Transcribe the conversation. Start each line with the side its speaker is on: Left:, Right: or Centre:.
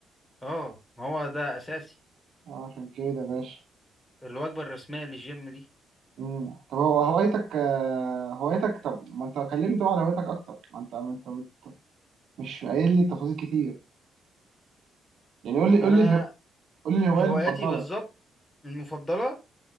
Left: اه ما هو ده اساسي
Right: اه عشان كده يا باشا
Left: الوجبة الرسمية للجيم دي
Right: مم. طب هو هوايتك آه، هوايتك طب ما انت كلمني طبعا عن هوايتك اكتر ما انت ما انت بت- مش قايل لي تفاصيل كتير يعني قول لي
Left: أنا
Right: قول لي اله- قول لي الهوايه
Left: هواياتي
Right: المفضله
Left: بالظبط المفضلة